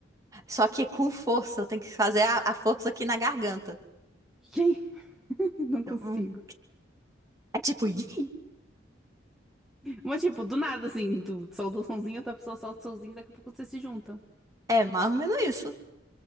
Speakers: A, on the right; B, in the centre.
A: Só que com força, eu tenho que fazer a, a força aqui na garganta.
B: Yay! <laughs> Não consigo.
A: Hum, É tipo, <laughs> "Ih".
B: Mas, tipo, do nada, assim, tu solta o sonzinho, outra pessoa solta o sonzinho, daqui a pouco vocês se juntam.
A: é mais ou menos isso.